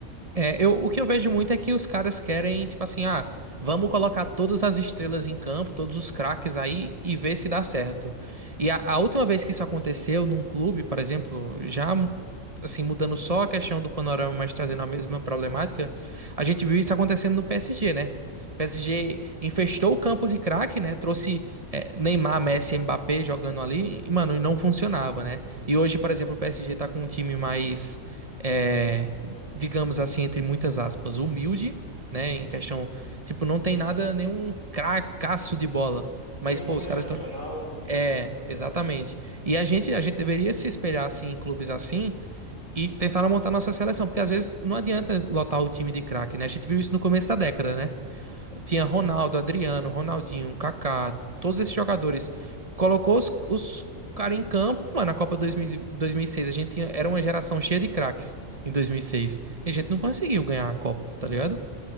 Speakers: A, on the right; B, on the left.
A: É, eu, o que eu vejo muito é que os caras querem, tipo assim, ah, vamos colocar todas as estrelas em campo, todos os craques aí e ver se dá certo. E a, a última vez que isso aconteceu num clube, por exemplo, já assim, mudando só a questão do panorama, mas trazendo a mesma problemática, a gente viu isso acontecendo no PSG, né? O PSG infestou o campo de craque, né? Trouxe é, Neymar, Messi, Mbappé jogando ali, e, mano, e não funcionava, né? E hoje, por exemplo, o PSG tá com um time mais. É, digamos assim, entre muitas aspas, humilde, né? Em questão, tipo, não tem nada, nenhum cracaço de bola. Mas,
B: Nenhum
A: pô,
B: nome
A: os
B: geracional
A: caras estão. É, exatamente. E a gente, a gente deveria se espelhar assim em clubes assim e tentar montar nossa seleção, porque às vezes não adianta lotar o time de craque, né? A gente viu isso no começo da década, né? Tinha Ronaldo, Adriano, Ronaldinho, Kaká, todos esses jogadores. Colocou os, os caras em campo, mano, na Copa dois dois mil mil e dois mil e seis A gente tinha, era uma geração cheia de craques em 2006. E seis. E a gente não conseguiu ganhar a Copa, tá ligado?